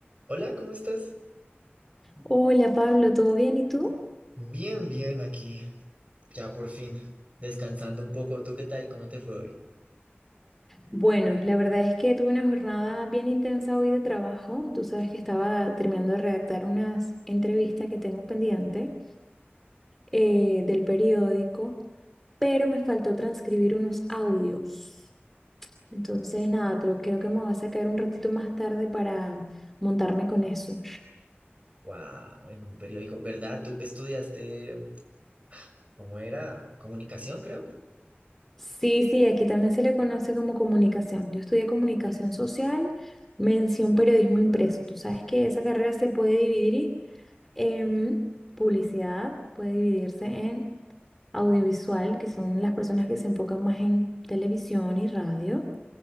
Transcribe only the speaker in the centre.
Hola Pablo, ¿todo bien? ¿Y tú?
Bueno, la verdad es que tuve una jornada bien intensa hoy de trabajo. Tú sabes que estaba terminando de redactar unas entrevistas que tengo pendiente eh, del periódico, pero me faltó transcribir unos audios. Entonces, nada, creo, creo que me voy a sacar un ratito más tarde para montarme con eso.
Sí, sí, aquí también se le conoce como comunicación. Yo estudié comunicación social, mención periodismo impreso. Tú sabes que esa carrera se puede dividir. Em, publicidad puede dividirse en audiovisual, que son las personas que se enfocan más en televisión y radio.